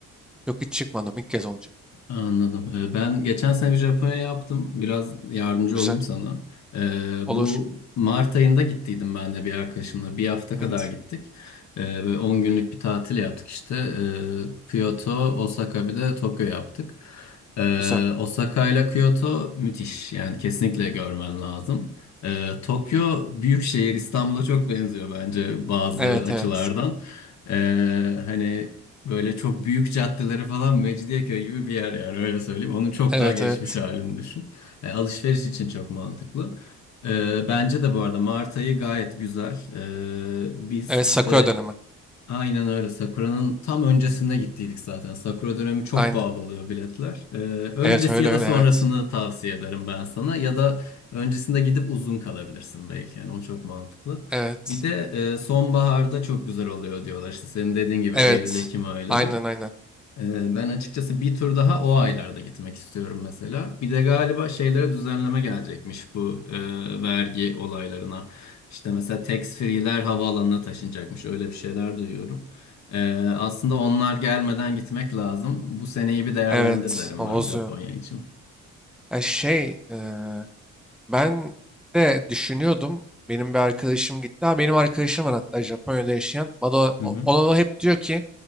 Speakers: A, in the centre; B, on the left (about 65°).
A: Yok hiç çıkmadım. ilk kez olacak.
B: Anladım. Ee, Ben geçen sene bir Japonya yaptım. Biraz yardımcı
A: Güzel.
B: olayım sana. Ee, bu
A: Olur.
B: Mart ayında gittiydim ben de bir arkadaşımla. Bir hafta
A: Evet.
B: kadar gittik. Ee, böyle 10 günlük bir tatil yaptık işte. Ee, Kyoto, Osaka bir de Tokyo yaptık. Ee,
A: Güzel.
B: Osaka ile Kyoto müthiş. Yani kesinlikle görmen lazım. Ee, Tokyo büyük şehir İstanbul'a çok benziyor bence bazı
A: Evet,
B: açılardan.
A: evet.
B: Ee, hani Böyle çok büyük caddeleri falan Mecidiyeköy gibi bir yer yani öyle söyleyeyim. Onun çok
A: Evet,
B: daha gelişmiş
A: evet.
B: halini düşün. E, alışveriş için çok mantıklı. E, bence de bu arada Mart ayı gayet güzel. E, biz
A: Evet,
B: işte
A: Sakura dönemi.
B: aynen öyle Sakura'nın tam öncesinde gittiydik zaten. Sakura dönemi çok
A: Aynen.
B: pahalı oluyor biletler. E, öncesi
A: Evet, öyle
B: ya
A: öyle.
B: da sonrasını
A: Evet.
B: tavsiye ederim ben sana. Ya da öncesinde gidip uzun kalabilirsin belki. Yani o çok mantıklı.
A: Evet.
B: Bir de e, sonbaharda çok güzel oluyor diyorlar. İşte senin dediğin gibi
A: Evet.
B: Eylül-Ekim ayları.
A: Aynen, aynen.
B: Ee, Ben açıkçası bir tur daha o aylarda gitmek istiyorum mesela. Bir de galiba şeylere düzenleme gelecekmiş bu e, vergi olaylarına. İşte mesela tax free'ler havaalanına taşınacakmış. Öyle bir şeyler duyuyorum. Ee, aslında onlar gelmeden gitmek lazım. Bu seneyi bir değerlendir
A: Evet.
B: derim
A: O
B: ben
A: bozuyor.
B: Japonya için.
A: Ya şey, eee, ben de düşünüyordum. Benim bir arkadaşım gitti. Ha, benim arkadaşım var hatta Japonya'da yaşayan. Bana, o-
B: Hı
A: o-
B: hı.
A: ona hep diyor ki